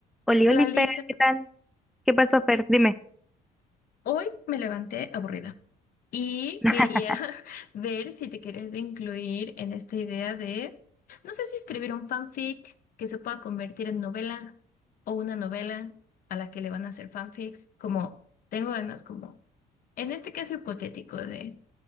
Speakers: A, in the centre; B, on the left (about 55°).
A: Oli,
B: Hola
A: oli,
B: Lisa,
A: Fer, ¿qué tal? ¿Qué pasó, Fer? Dime.
B: hoy me levanté aburrida y
A: <laughs>
B: quería <laughs> ver si te quieres incluir en esta idea de, no sé si escribir un fanfic que se pueda convertir en novela o una novela a la que le van a hacer fanfics, como tengo ganas, como en este caso hipotético de,